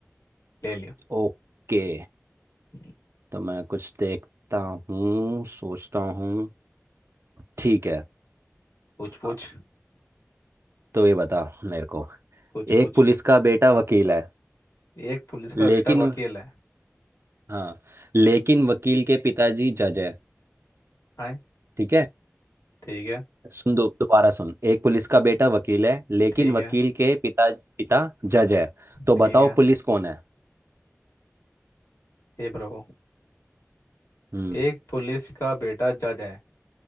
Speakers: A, on the left; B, on the right.
A: ले लियो
B: ओके
A: हम्म,
B: तो मैं कुछ देखता हूँ सोचता हूँ ठीक है
A: पूछ पूछ
B: अ, तो ये बता मेरे को
A: पूछ पूछ
B: एक पुलिस का बेटा वकील है
A: एक पुलिस का
B: लेकिन
A: बेटा वकील है
B: हाँ लेकिन
A: अच्छा
B: वकील के पिताजी जज है
A: है
B: ठीक है
A: ठीक है
B: सुन दो दोबारा सुन एक पुलिस का बेटा वकील है लेकिन
A: ठीक
B: वकील
A: है
B: के पिता पिता जज है तो
A: ठीक
B: बताओ
A: है
B: पुलिस कौन है
A: हे प्रभु
B: हम्म
A: एक पुलिस का बेटा जज है